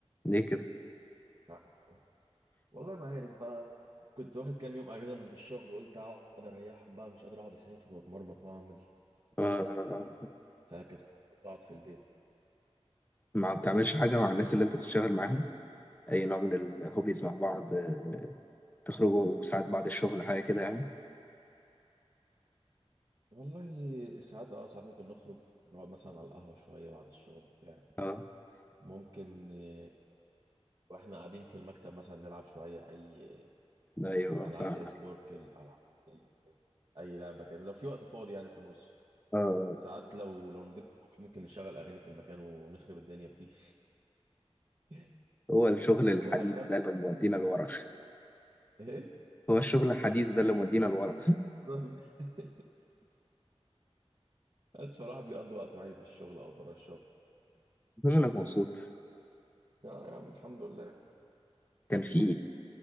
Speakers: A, on the left; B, on the right.
A: ليه كده
B: مش عارف والله ما عارف بقى كنت واخد كام يوم اجازة من الشغل قلت اقعد اريحهم بقى مش قادر اقعد اسافر واتمرمط واعمل
A: آه
B: فكسلت اقعد في البيت
A: ما بتعملش حاجة مع الناس اللي انت بتشتغل معاهم أي نوع من الهوبيز مع بعض آه، تخرجوا ساعات بعد الشغل حاجة كده يعني
B: والله ساعات اه ساعات ممكن نخرج نقعد مثلا على القهوة شوية بعد الشغل بتاع
A: اه
B: ممكن آه، واحنا قاعدين في المكتب مثلا نلعب شوية أي
A: ايوه
B: ألعاب
A: فاهم
B: زي سبوركل ألعاب أي لعبة كده لو في وقت فاضي يعني في النص
A: آه،
B: ساعات لو لو المدير مش موجود ممكن نشغل أغاني في المكان ونخرب الدنيا فيه <laughs>
A: هو الشغل الحديث
B: وهكذا
A: ده اللي مودينا لورا
B: إيه؟
A: هو الشغل الحديث ده اللي مودينا لورا
B: بالظبط. <laughs> بس فالواحد بيقضي وقته يعني في الشغل أو بره الشغل
A: المهم انك مبسوط
B: يا يا عم الحمد لله
A: كان في